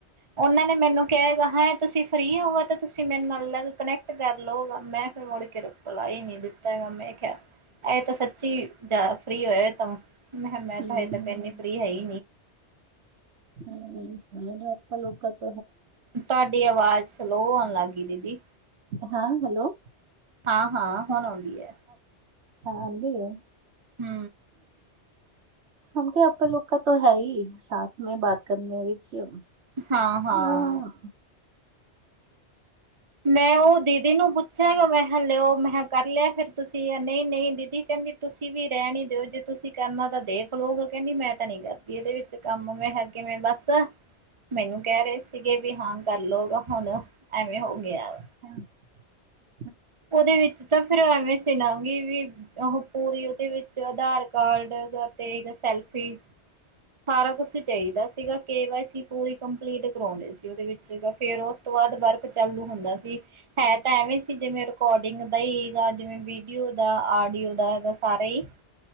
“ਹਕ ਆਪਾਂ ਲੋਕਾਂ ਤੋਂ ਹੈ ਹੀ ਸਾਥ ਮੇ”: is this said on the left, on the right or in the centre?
Right